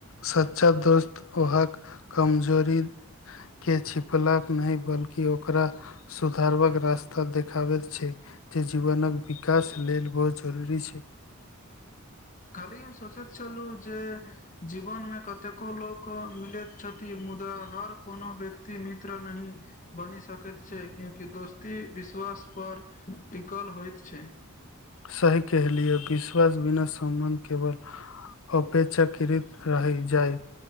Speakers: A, on the left; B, on the left.
A: सच्चा दोस्त उहाक कमजोरी के छिपलक नहि बल्कि ओकरा सुधारबाक रास्ता देखाबैत छै जे जीवनक विकास लेल बहुत जरूरी छै।
B: काल्हि हम सोचैत छलु जे जीवन मे कतेको लोक मिलैत छथि मुदा हर कोनो व्यक्ति मित्र नहि बनि सकैत छै क्यूंकि दोस्ती विश्वास पर टिकल होइत छै।
A: सही कहलिय विश्वास बिना सम्बन्ध केवल अप पेक्षाकृत रहि जाइत।